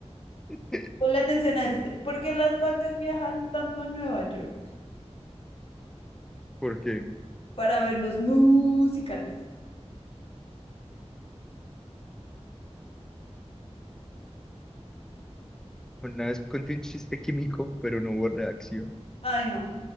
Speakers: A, in the centre; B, on the left.
A: <laughs>
B: Ponle atención a este. ¿Por qué las vacas viajan tanto a Nueva York?
A: Porque
B: Para ver los musicales.
A: una vez conté un chiste químico, pero no hubo reacción.
B: Ay, no.